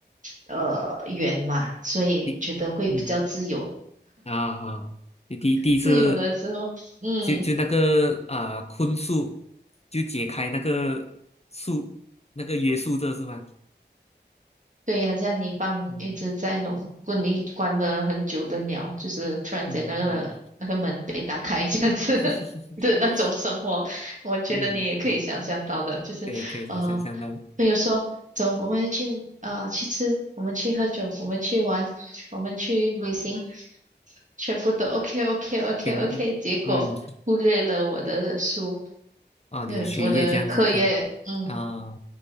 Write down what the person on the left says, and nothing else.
第嗯啊啊，第第第一次。
就就那个啊、坤数，就解开那个数那个约束这是吗？
嗯
嗯嗯 <laughs>
嗯，啊，
可以可以，我想象到
全部，
嗯，哦，你的学业这样子噻，
啊，